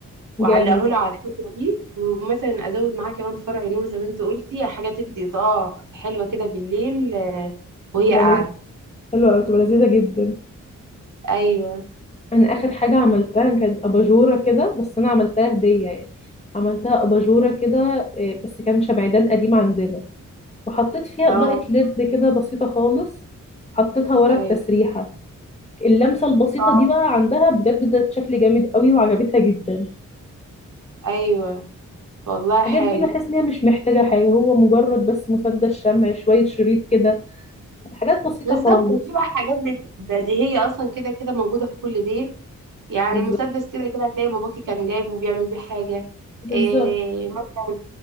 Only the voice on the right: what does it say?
واعلقه
له على الحيطه دي ومثلا ازود معاه كمان فرع نور زي ما انت قلتي حاجه تدي اضاءه حلوه كده بالليل آه، وهي
قاعده
ايوه
اه
ايوه
اه
ايوه والله حلو
بالظبط
بتبقى حاجات بت- بديهية أصلا كده كده موجودة في كل بيت يعني
المسدس كده كده هتلاقي باباكي كان جايبه بيعمل بيه حاجة
إيه مثلا